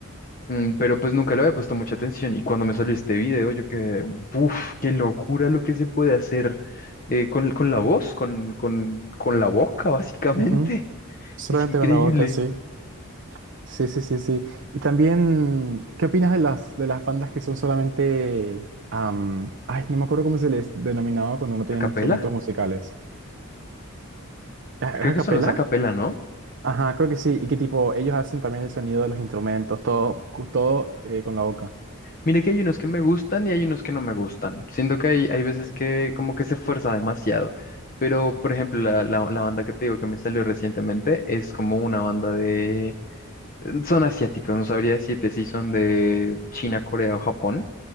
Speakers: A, on the left; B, on the right.
A: mm, pero pues nunca le había puesto mucha atención y cuando me salió este video yo quedé, uff, qué locura lo que se puede hacer eh, con, con la voz, con, con, con la boca básicamente.
B: ujú. Solamente
A: Es increíble.
B: con la boca, sí. Sí, sí, sí, sí. Y también, ¿qué opinas de las, de las bandas que son solamente... am, ay, no me acuerdo cómo se les denominaba cuando no tenían
A: ¿Acapela?
B: instrumentos musicales. ¿Es
A: Creo
B: a
A: que
B: capela?
A: son los acapela, ¿no?
B: Ajá, creo que sí. Y que tipo, ellos hacen también el sonido de los instrumentos, todo, cu- todo eh, con la boca.
A: Mire que hay unos que me gustan y hay unos que no me gustan. Siento que hay, hay veces que como que se fuerza demasiado. Pero, por ejemplo, la, la- la banda que te digo que me salió recientemente es como una banda de... Son asiáticos, no sabría decirte si son de China, Corea o Japón